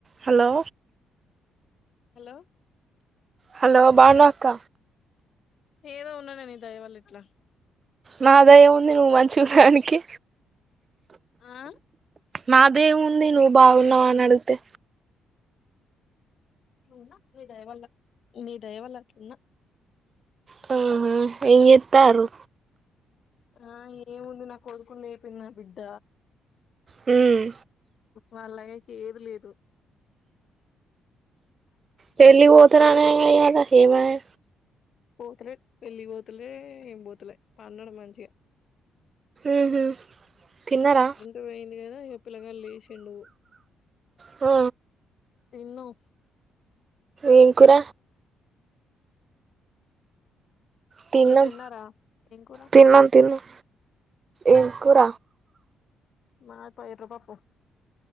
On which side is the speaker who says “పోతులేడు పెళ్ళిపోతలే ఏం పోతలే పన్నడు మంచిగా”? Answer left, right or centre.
Left